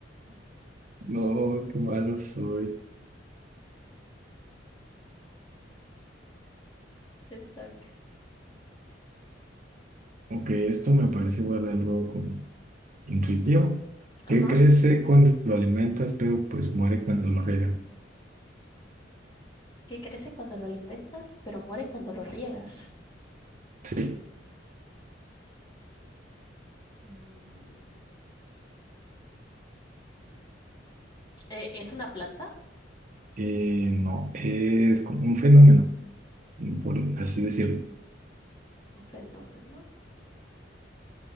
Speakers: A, on the right; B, on the left.
A: no, qué malo soy.
B: <laughs> Te toca.
A: Ok, esto me parece igual algo como intuitivo.
B: Ajá.
A: ¿Qué crece cuando lo alimentas, pero pues muere cuando lo riegas?
B: Que crece cuando lo alimentas, pero muere cuando lo riegas.
A: Sí,
B: Mm, ¿e- ¿es una planta?
A: eh, no, es como un fenómeno, por así decirlo.
B: Un fenómeno.